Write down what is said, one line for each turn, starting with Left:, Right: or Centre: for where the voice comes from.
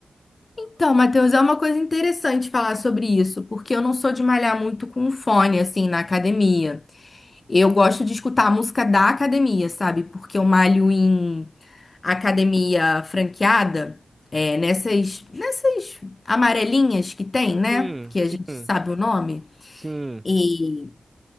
Left: Então, Matheus, é uma coisa interessante falar sobre isso, porque eu não sou de malhar muito com fone, assim, na academia. Eu gosto de escutar a música da academia, sabe? Porque eu malho em academia franqueada, é, nessas, nessas amarelinhas que tem, né?
Right: Sim,
Left: Que
Right: sim,
Left: a gente sabe o nome.
Right: sim,
Left: E,